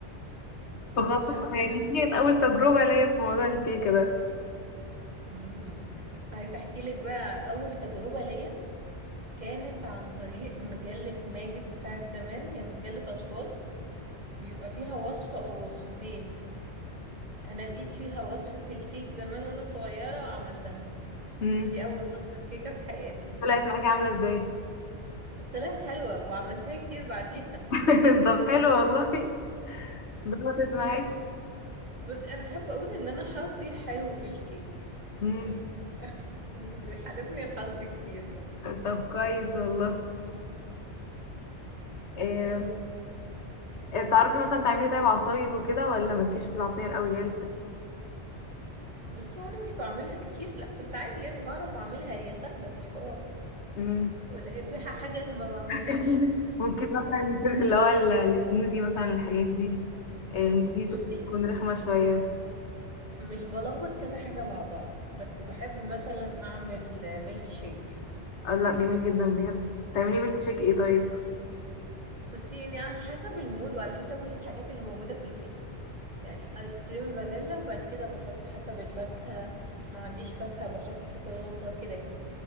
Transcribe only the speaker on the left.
فخلاص
يعني دي كانت اول تجربه ليا في موضوع الكيكه ده
امم
طلعت معاكي عامله ازاي
<laughs> طب حلو والله ظبطت معاكي
امم
طب كويس والله إيه...
إيه، تعرفي مثلا تعملي طيب عصاير وكده ولا مالكيش في العصاير قوي اللي هي
الفريش
<laughs> ممكن مثلا يكون اللي هو ال- السموزي مثلا الحاجات دي المخيط
تكون رخمة شوية
آه لا جميل جدا بجد تعملي ميلك شيك ايه طيب